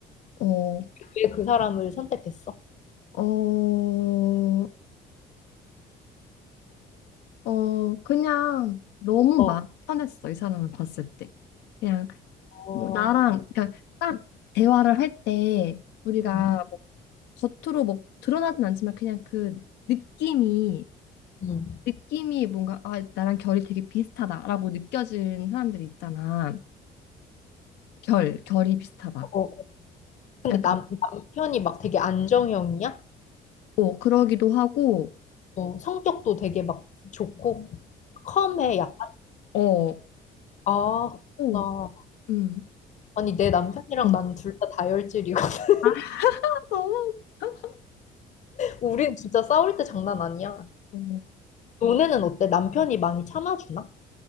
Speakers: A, on the left; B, on the left.
A: 어,
B: 왜 그 사람을 선택했어?
A: 어, 어, 그냥 너무
B: 어,
A: 마음 편했어, 이 사람을 봤을 때. 그냥
B: 어,
A: 뭐 나랑 그러니까 딱 대화를 할 때 우리가
B: 음,
A: 뭐 겉으로 뭐 드러나진 않지만 그냥 그 느낌이
B: 음.
A: 느낌이 뭔가 아 나랑 결이 되게 비슷하다라고 느껴지는 사람들이 있잖아. 결 결이 비슷하다.
B: 어, 어. 근데
A: 약간
B: 남, 남편이 막 되게 안정형이야?
A: 어 그러기도 하고
B: 어, 성격도 되게 막 좋고 컴해 약간.
A: 어좀
B: 아,
A: 하고
B: 나
A: 음또
B: 아니 내 남편이랑
A: 음.
B: 난 둘 다 다혈질이고 <laughs>
A: 아, <laughs> 너무 웃겨.
B: 우린 진짜 싸울 때 장난 아니야.
A: 어,
B: 너네는 어때? 남편이 많이 참아주나?